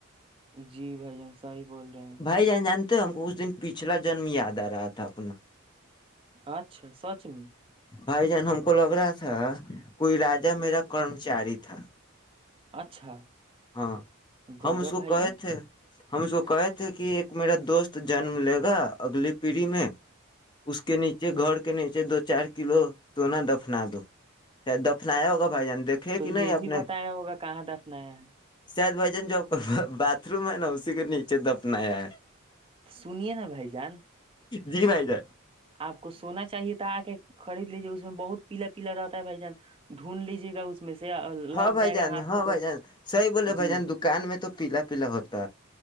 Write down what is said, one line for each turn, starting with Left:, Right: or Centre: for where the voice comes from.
Right: جی بھائی جنس ہی بول رہے ہیں
Left: بھائی جان جانتے ہم کو اس دن پچھلا جنم یاد آ رہا تھا اپنا
Right: اچھاچا سچ میں <unintelligible>
Left: بھائی جان ہم کو لگ رہا تھا کوئی راجا میرا کرمچاری تھا
Right: اچھا
Left: ہاں
Right: گجب
Left: ہم اس
Right: بھائی
Left: کو کہے
Right: جان
Left: تھے ہم اس کو کہے تھے کہ ایک میرا دوست جنم لے گا اگلی پیڑھی میں اس کے نیچے گھر کے نیچے دو چار کلو سونا دفنا دو چاہید دفنایا ہوگا بھائی جان دیکھے
Right: تو
Left: کہ
Right: یہ
Left: نہیں آپ
Right: بھی بتایا
Left: نے
Right: ہوگا کہاں دفنایا ہے
Left: شاید بھائی جان جو آپ کا باتھ روم ہے نا اسی کو نیچے دفنایا ہے
Right: سنے نا بائی جان
Left: جی بھائی جا
Right: آپ کو سونا چاہیے تھا آ کے خرید لیجیے اس بہت پیار ر بھائی جان ڈھونڈ لیجیے گا اس میں سے اور لگ
Left: ہاں بھ
Right: جائے
Left: جان
Right: گا ہاتھ
Left: ہاں
Right: میں تو
Left: بھائی جان صی بولے
Right: جی
Left: بھ جان دکان میں تو پیلا پیلا ہوتا